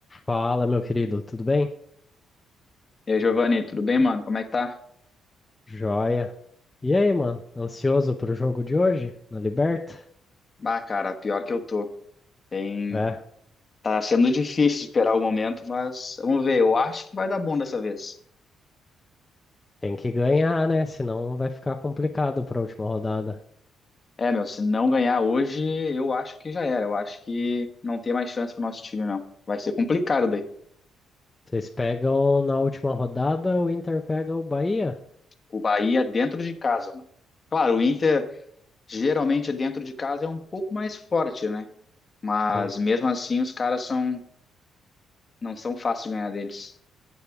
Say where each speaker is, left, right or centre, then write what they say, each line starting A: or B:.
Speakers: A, on the left; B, on the left.
A: Fala, meu querido, tudo bem?
B: E aí, Giovanni, tudo bem, mano? Como é que tá?
A: Joia. E aí, mano? Ansioso pro jogo de hoje, na Liberta?
B: Ah, cara, pior que eu tô. Tem...
A: É,
B: Tá sendo difícil esperar o momento, mas vamos ver. Eu acho que vai dar bom dessa vez.
A: tem que ganhar, né? Senão vai ficar complicado pra última rodada.
B: É, meu, se não ganhar hoje, eu acho que já era. Eu acho que não tem mais chance pro nosso time, não. Vai ser complicado daí.
A: Vocês pegam na última rodada, o Inter pega o Bahia?
B: O Bahia é dentro de casa, mano. Claro, o Inter geralmente dentro de casa é um pouco mais forte, né? Mas
A: Sim.
B: mesmo assim, os caras são... não são fáceis de ganhar deles.